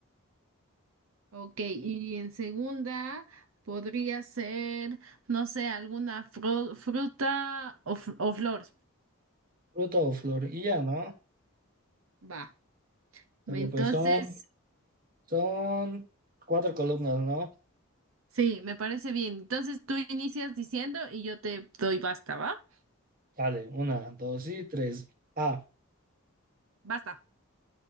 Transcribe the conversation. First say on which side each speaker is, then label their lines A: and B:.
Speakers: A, on the right (about 65°); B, on the right (about 40°).
A: Ok, y en segunda podría ser, no sé, alguna fru- fruta o, f- o flor.
B: Fruta o flor. Y ya, ¿no?
A: Va, entonces,
B: Dale, pues son, son cuatro columnas, ¿no?
A: sí, me parece bien. Entonces tú inicias diciendo y yo te doy basta, ¿va?
B: Dale, una, dos y tres. A,
A: Basta.